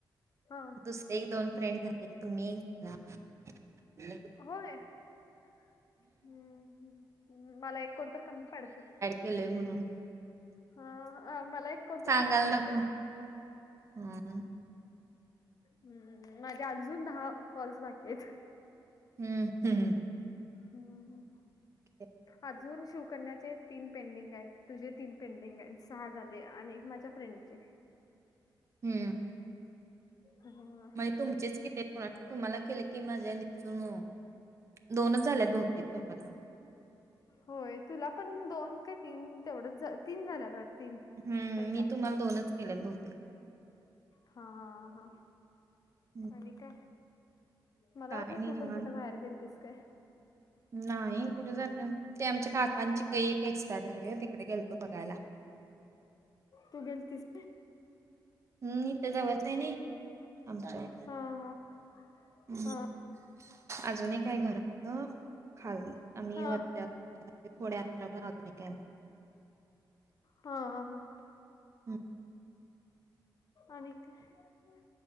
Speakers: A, on the left (about 50°); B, on the right (about 35°).
A: हा
B: दुस एक दोन फ्रेंड झाले तुम्ही एक झाला
A: होय हम्म मला एक कोणत कमी पडतंय.
B: केले म्हणून.
A: हा मला एक कोणतर
B: सांगायला
A: कमी पडतय.
B: नको. हम्म
A: हम् माझे अजून दहा कॉल्स बाकी आहेत.
B: हम्म हम्.
A: हम्म.
B: ह
A: अजून शिवकन्याचे तीन पेंडिंग आहेत तुझे तीन पेंडिंग आहेत सहा झाले, आणि एक माझ्या फ्रेंडचे.
B: हम्म.
A: हा.
B: मग तुमचेच किती आहेत तुम्हाला केलं की माझ्या निसून दोनच झाल्यात बहुतेक तुम्हाला.
A: होय तुला पण दोन काय तीन तेवढच तीन झाल्यात तीन
B: हम्म
A: काय चार
B: मी तुम्हाला दोनच केलेत बहुतेक.
A: हा हा
B: हम्म.
A: आणि काय? मला
B: काय
A: वाटलं
B: नाही
A: तू
B: निवांत.
A: पण कुठं बाहेर गेलतीस काय.
B: नाही कुठे जाते ते आमच्या काकांची गई एक एक्सपायर झाली तिकडे गेलतो बघायला.
A: तू गेलतीस?
B: हम्म इथं जावच आहे नाई आमच्या.
A: हा हा हा.
B: हम्म, अजून एक काय घर खाल्ली आम्ही
A: हा
B: वर थोड्या अंतरावर अजून एकाय.
A: हा हा.
B: हम
A: आणि काय?